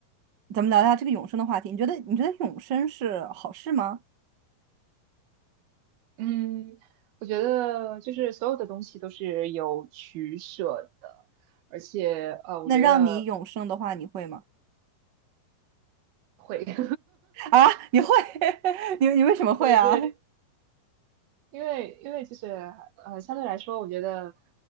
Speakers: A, on the right; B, on the right.
A: 咱们聊一下这个永生的话题。你觉得你觉得永生是好事吗？
B: 嗯，我觉得就是所有的东西都是有取舍的，而且呃，
A: 那让你永生的话，
B: 我觉得
A: 你会吗？
B: 会，<laughs>
A: <laughs> 啊，你会？<laughs> 你你为什么会啊？
B: 呃对因为因为就是呃，相对来说，我觉得，